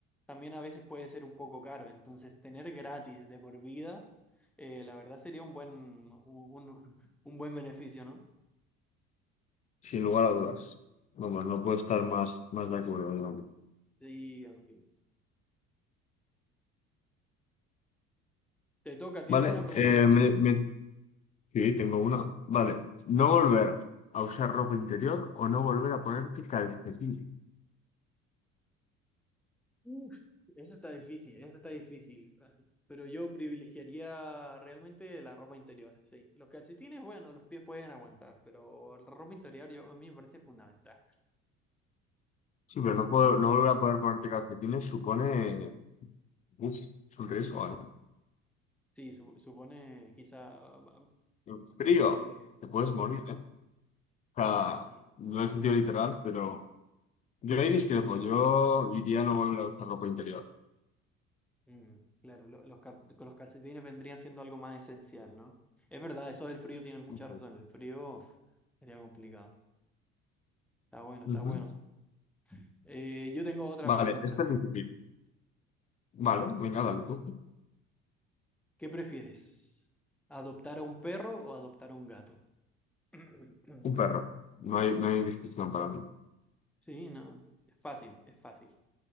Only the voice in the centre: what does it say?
también a veces puede ser un poco caro, entonces tener gratis de por vida, eh, la verdad sería un buen, un, un- <laughs> un buen beneficio, ¿no?
Sí, amigo. te toca, ¿tienes
una pregunta
para
mí?
Uf, esa está difícil, esa está difícil, pero yo privilegiaría realmente la ropa interior, sí. Los calcetines, bueno, los pies pueden aguantar, pero la ropa interior yo- a mí me parece fundamental.
Sí, su- supone quizá ba-
bastante...
Sí,
la
verdad.
Mm, claro, lo- los, cap- con los calcetines vendrían siendo algo más esencial, ¿no? Es verdad, eso del frío tienes mucha
razón. El frío sería complicado. Está bueno,
está bueno. Eh, yo tengo otra
pregunta,
amigo.
¿Qué prefieres? ¿Adoptar a un perro o adoptar a un gato? <clears throat>
Sí, no. Es fácil, es fácil.